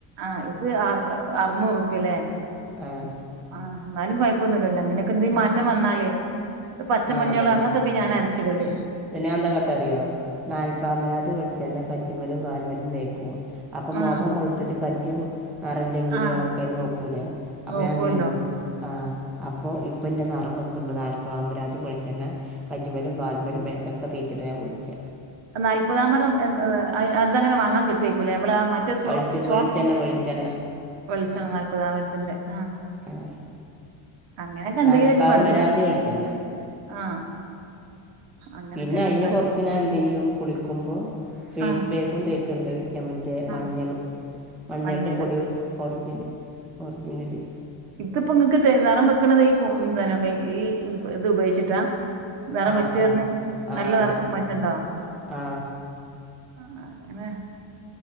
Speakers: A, on the right; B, in the centre.
A: ആഹ് ഇത് അർ അറുനൂറുപ്പ്യ ല്ലേ.
B: ആഹ്
A: ആഹ് ന്നാലും കുഴപ്പൊന്നുല്ലല്ലോ. അങ്ങനൊക്കെന്തേം മാറ്റം വന്നാലേ. പച്ചമഞ്ഞള്
B: ആ അതന്നെ
A: അങ്ങൻത്തെ ക്കെ ഞാൻ അരച്ച്ടല്.
B: പിന്നെ ഞാ എന്താ കാട്ടാ അറിയോ. നാല്പ്പാമരാതി വെളിച്ചെണ്ണ കജ്ജ്മ്മലും കാല്മ്മലും തേക്കും. അപ്പം
A: ആഹ്
B: മുഖം മൊളുത്തിട്ട് കജ്ജിയു നറെല്ലെങ്കില്
A: ആഹ്
B: ആൾക്കാര് നോക്കൂലേ അപ്പൊ
A: നോക്കുവല്ലോ
B: ഞാൻ എന്തെയ്യും, ആഹ് അ അപ്പോ ഇപ്പന്റെ നറം ബെക്ക്ണ്ട്. നാൽപ്പാമരാതി വെളിച്ചണ്ണ കജ്ജ്മലും കാല്മ്മലും മേ ത്തൊക്കെ തേച്ചിട്ട ഞാൻ കുളിച്ചാ.
A: നാൽപ്പതാം മരം <unintelligible> അ അതെങ്ങനെ വാങ്ങാൻ കിട്ടേക്കൂല്ലേ നമ്മൾ ആ മ റ്റെ ചോ
B: വെളിച്ച
A: ചോം
B: വെളിച്ചെണ്ണ വെളിച്ചെണ്ണ
A: വെളിച്ചെണ്ണ നാല്പ്പതാമരത്തിന്റെ ആഹ്
B: ആഹ്
A: അങ്ങനെയൊക്കെ എന്തെങ്കിലുമൊക്കെ
B: നാൽപ്പാമരാതി
A: പെൺകുട്ടി
B: വെളിച്ചണ്ണ.
A: ആഹ് അങ്ങനൊക്കെ
B: പിന്നെ അയിന്
A: എന്താ
B: പൊർത്ത് ഞാൻ എന്തെയ്യും കുളിക്കുമ്പോ ഫേസ്
A: ആഹ്
B: പാക്കും തേക്ക്ണ്ട്. ഞമ റ്റേ മഞ്ഞൾ.
A: ആഹ്
B: മഞ്ഞളിൻ്റെ
A: മഞ്ഞള്
B: പൊടി ഒറിജിൻ ഒറിജിനല്.
A: ഇത്പ്പ ഇങ്ങക്ക് നിറം തെ വെക്കണത് ഈ കു പനെ പി ഈ ഇത് ഉപയോഗിച്ചിട്ടാ. നെറം
B: ആ
A: വെച്ചു പർഞ്ഞ്
B: ആ ആ
A: നല്ല
B: അതെ
A: നെറം മാറ്റണ്ടോ?
B: ആ
A: ആഹ് അങ്ങനെ